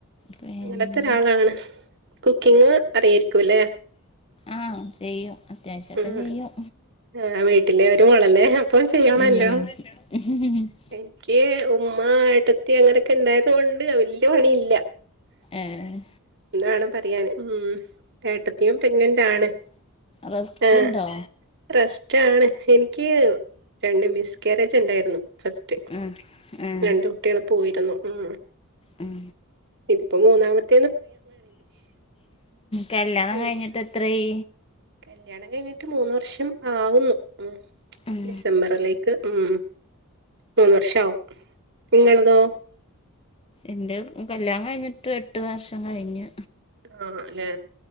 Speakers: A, on the left; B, on the right.
A: പിന്നെ
B: അങ്ങനത്തെ ഒരാളാണ് കുക്കിങ് അറിയയിരിക്കും അല്ലേ
A: ആഹ് ചെയ്യും അത്യാവശ്യം ഒക്കെ
B: ഉം
A: ചെയ്യും
B: ആഹ് വീട്ടിലെ ഒരു മോളല്ലേ അപ്പൊ ചെയ്യണല്ലോ
A: ഉം..... ഹു <inaudible>
B: എനിക്ക് ഉമ്മ ആട്ടത്തി അങ്ങനെയൊക്കെ ഉണ്ടായത് കൊണ്ട് വല് ല്യ പണില്ല
A: ഏഹ്
B: എന്നുവേണം പ ഉം ഏട്ടത്തിയും പ്രഗ്നന്റ് ആണ്
A: റെസ്റ്റ്
B: ആഹ്
A: ഇണ്ടോ
B: റെസ്റ്റ് ആണ് എനിക്ക് രണ്ട് മിസ്കാരേജ് ഉണ്ടായിരുന്നു ന്നു ഫസ്റ്റ്
A: ഉം ഉം
B: രണ്ട് കുട്ടികള് പോയിരുന്നു ഉം
A: ഉം
B: ഇതിപ്പോ മൂന്നാമത്തെ
A: കല്യാണം
B: അതെ
A: കഴിഞ്ഞിട്ട് എത്രയായി
B: കല്യാണം കഴിഞ്ഞിട്ട് മൂന്ന് വർഷം ആവുന്നു ഉം
A: ഉം
B: ഡിസംബറിലേക്ക് ഉം മൂന്ന് വർഷ ആവും നിങ്ങളതോ
A: എന്റെ കല്യാണം കഴിഞ്ഞിട്ട് എട്ട് വർഷം കഴിഞ്ഞ്
B: ആഹ് അല്ലെ